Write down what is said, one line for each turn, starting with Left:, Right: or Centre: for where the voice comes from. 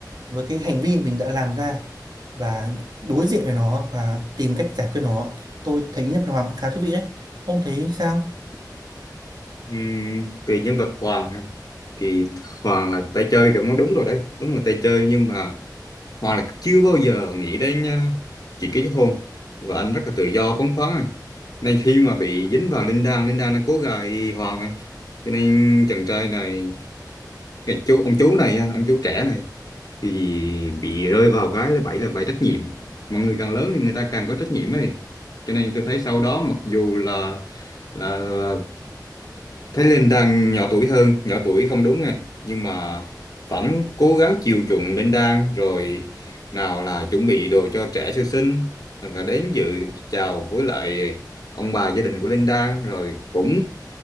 Right: với cái hành vi mình đã làm ra và đối diện với nó và tìm cách giải quyết nó. Thì tôi thấy nhân vật Hoàng cũng khá thú vị đấy. Ông thấy sao?
Left: Ừm, về nhân vật Hoàng ha, thì Hoàng là tay chơi thì nó đúng rồi đấy đúng là tay chơi nhưng mà Hoa là chưa bao giờ nghĩ đến ờ, chuyện kết hôn và anh rất là tự do phóng khoáng à. Nên khi mà bị dính vào Linh Đan, Linh Đan nó cố gài Hoa mà. Cho nên chàng trai này, cái chú ông chú này, á, ông chú trẻ này thì bị rơi vào cái là bẫy là bẫy trách nhiệm. mọi người càng lớn thì người ta càng có trách nhiệm ấy. Cho nên tôi thấy sau đó mặc dù là là, là Thái Linh đang nhỏ tuổi hơn, nhỏ tuổi không đúng này, nhưng mà vẫn cố gắng chiều chuộng Linh Đan rồi nào là chuẩn bị đồ cho trẻ sơ sinh, hoặc là đến dự chào với lại ông bà gia đình của Linh Đan rồi cũng